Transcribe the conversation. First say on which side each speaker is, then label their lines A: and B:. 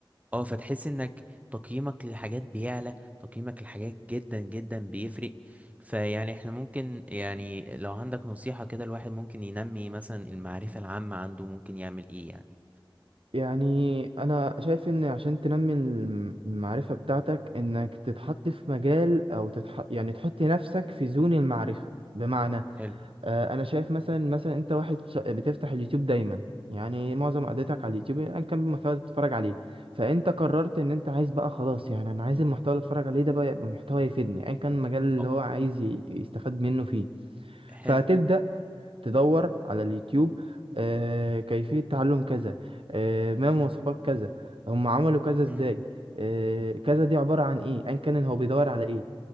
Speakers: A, on the right; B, on the right.
A: اه فتحس انك تقييمك للحاجات بيعلى تقييمك للحاجات جدا جدا بيفرق فيعني احنا ممكن يعني لو عندك نصيحة كده الواحد ممكن ينمي مثلا المعرفة العامة عنده ممكن يعمل ايه يعني
B: يعني انا شايف ان عشان تنمي الم- المعرفة بتاعتك انك تتحط في مجال او تتح... يعني تحط نفسك في زون المعرفة بمعنى
A: حلو
B: آه، انا شايف مثلا مثلا انت واحد ش- بتفتح اليوتيوب دايما يعني معظم قعدتك على اليوتيوب ايا كان المحتوى اللي بتتفرج عليه فانت قررت ان انت عايز بقى خلاص يعني انا عايز المحتوى اللي اتفرج عليه ده بقى يبقى محتوى يفيدني ايا كان المجال اللي
A: اه
B: هو عايز ي- يستفاد منه فيه
A: حلو
B: فهتبدأ تدور على اليوتيوب آه، كيفية تعلم كذا آه، ما مواصفات كذا هم عملوا كذا ازاي
A: امم
B: آه، كذا دي عبارة عن ايه ايا كان هو بيدور على ايه